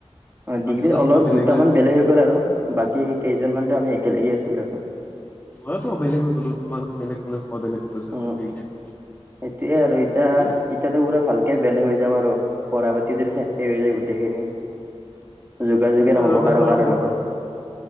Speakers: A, on the right (about 20°); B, on the left (about 15°).
A: অ,
B: লাষ্টত
A: ডিগ্ৰী
B: যে
A: অলপ
B: চবে বেলেগ
A: দুটামান বেলেগ হৈ গ'ল আৰু বাকী কেইজনমানতো আমি একেলগে আছিলো আৰু।
B: ময়োতো বেলেগ হৈ গ'লো তোমালোকে বেলেগ কলেজ। মই বেলেগ কলেজ হৈ
A: উম,
B: গ'লো ডিগ্ৰী তাৰপিছত
A: সেইটোয়ে আৰু এতিয়া
B: সেইটোৱে
A: - এতিয়াটো পুৰা ভালকে বেলেগ হৈ যাম আৰু। পঢ়া পাতি যদি সেখ হৈ যায় গোটেইখিনি যোগাযোগে
B: সেইটোৱে
A: নহব
B: আৰু তাৰপিছত
A: কাৰো - কাৰো
B: আৰু
A: লগত।